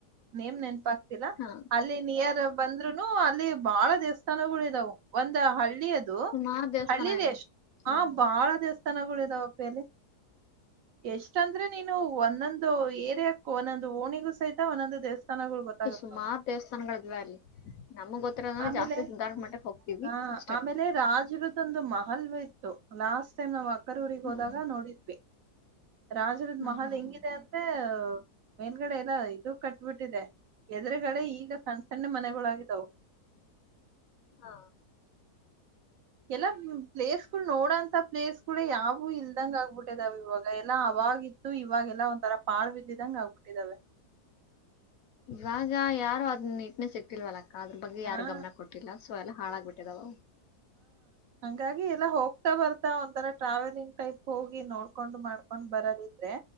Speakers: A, on the right (about 65°); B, on the left (about 65°).
A: ನೇಮ್ ನೆನಪಾಗ್ತಿಲ್ಲ.
B: ಹಾ
A: ಅಲ್ಲಿ ನಿಯರ್ ಬಂದ್ರುನು ಅಲ್ಲಿ ಬಾಳ ದೇವಸ್ಥಾನಗಳ ಇದಾವು ಒಂದ ಹಳ್ಳಿ <unintelligible> ಹಳ್ಳಿಯದು
B: ಸುಮಾರು ದೇವಸ್ಥಾನ
A: ಹಳ್ಳಿಲಿ
B: ಇದೆ
A: ಎಷ್ಟ
B: ಹಾ
A: ಆ ಬಾಳ ದೇವಸ್ಥಾನಗಳು ಇದಾವಪ್ಪಿ ಯಲ್ಲಿ. ಎಷ್ಟಂದ್ರೆ ನೀನು ಒಂದೊಂದು ಏರಿಯಾಕ್ಕೂ ಒಂದೊಂದು ಓಣಿಗೂ ಸಹಿತ ಒಂದೊಂದು ದೇವ <unintelligible> ನಗಳು ಗೊತ್ತಾಗುತ್ತೆ.
B: <unintelligible> ಮ್ಮತ್ ದೇವಸ್ಥಾನಗಳಿದವೆ ಅಲ್ಲಿ. ನಮಗ್ ಗೊತ್ತಿರೋದಂದ್ರೆ
A: ಆಮೇಲೆ
B: ಜಾಸ್ತಿ ಸಿದ್ಧಾರೂಢ ಮಠಕ್ಕೆ ಹೋಗ್ತೀವಿ
A: ಹಾ
B: ಅಷ್ಟೇ
A: ಆಮೇಲೆ ರಾಜರುದದೊಂದು ಮಹಲ್ಯ <unintelligible> ಲಾಸ್ಟ್ ಟೈಮ್ ನಾವ್ ಅಕ್ಕರೂರಿಗ್
B: ಹ್ಮ್
A: ಹೋದಾಗ ನೋಡಿದ್ವಿ. ರಾಜರದ್
B: ಹ್ಮ್
A: ಮಹಲ್
B: ಹ್ಮ್
A: ಹೆಂಗಿದೆ
B: ಹ್ಮ್
A: ಅಂದ್ರೆ ಮೇಲ್ಗಡೆ ಎಲ್ಲ ಇದು ಕಟ್ಬಿಟ್ಟಿದೆ. ಎದುರುಗಡೆ ಈಗ ಸಣ್ಣ್ ಸಣ್ಣ್ ಮನೆಗಳಾಗಿದವು.
B: ಹಾ
A: ಎಲ್ಲಾ ಪ್ಲೇಸ್ ಗಳು ನೋಡಂತ ಪ್ಲೇಸ್ ಗಳು ಯಾವು ಇಲ್ದಂಗ ಆಗ್ಬಿಟ್ಟದಾವ ಇವಾಗ ಎಲ್ಲಾ ಅವಾಗ. ಅವವಾಗಿತ್ತು ಇವಾಗೆಲ್ಲಾ ಒಂಥರ ಪಾಳ್ ಬಿದ್ದಿದಂಗ ಆಗ್ಬಿಟ್ಟಿದಾವೆ.
B: ಇವಾಗ ಯಾರು ಅದ್ ನೀಟ್ನೆಸ್ ಇಟ್ಟಿಲ್ವಲ್ಲ. ಅದ್ರ ಬಗ್ಗೆ
A: ಹಾ
B: ಯಾರು ಗಮನ ಕೊಟ್ಟಿಲ್ಲ ಸೊ ಎಲ್ಲ ಹಾಳಾಗ್ಬಿಟ್ಟಿದಾವ ಅವು.
A: <unintelligible> ಗಿ ಎಲ್ಲ ಹೋಗ್ತಾ ಬರ್ತಾ ಒಂತರ ಟ್ರಾವೆಲಿಂಗ್ <unintelligible> ಕೈಪ್ ಹೋಗಿ ನೋಡ್ಕೊಂಡು ಮಾಡ್ಕೊಂಡ್ ಬರದಿದ್ರೆ.